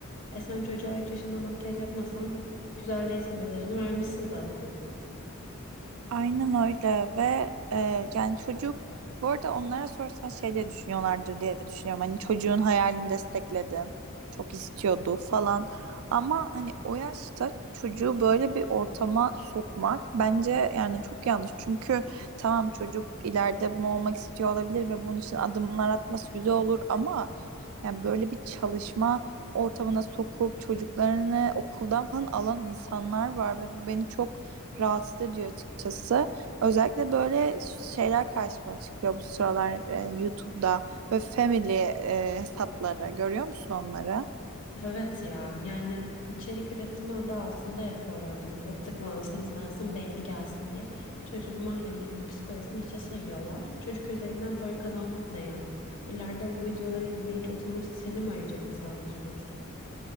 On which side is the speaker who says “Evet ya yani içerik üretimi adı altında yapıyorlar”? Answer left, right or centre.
Left